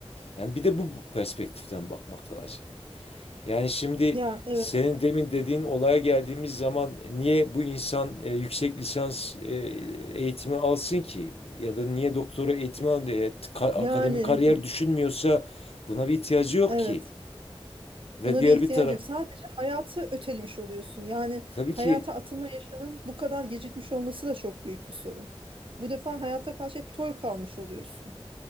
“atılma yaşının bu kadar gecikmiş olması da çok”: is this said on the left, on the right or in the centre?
Right